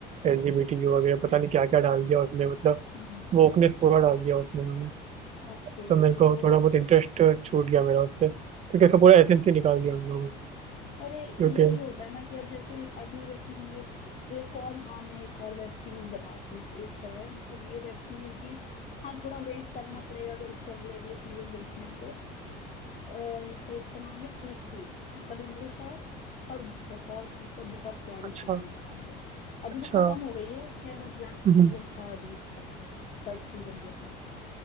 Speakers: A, on the right; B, on the left.
A: एलजीबीटीक्यू वगैरह पता नहीं क्या क्या डाल दिया उसने मतलब
B: हम्म
A: वोकनेस पूरा डाल दिया उसमें उन्होंने
B: ओके
A: तो मेरे
B: तो
A: को थोड़ा बहुत इंटरेस्ट छूट गया मेरा उससे क्योंकि उसका पूरा एसेंस ही निकाल दिया उन लोगों ने
B: अरे यही
A: क्योंकि
B: होता है ना कि अब जैसे अभी जैसे हम लोग एक और हाँ मैं एक और वेब सीरीज बताती हूँ एक है मतलब ये वेब सीरीज भी हाँ थोड़ा वेट करना पड़ेगा अगर इसके अगले अगले सीजन देखने हैं तो अ, पर इसका नाम है स्वीट टूथ मतलब इंग्लिश है पर बहुत मतलब बहुत प्यारी
A: अच्छा
B: सीरीज बनाई है अभी
A: अच्छा
B: तो खत्म हो गई है खैर अब लास्ट
A: हम्म,
B: सीजन था अभी इसका थर्ड सीजन जो था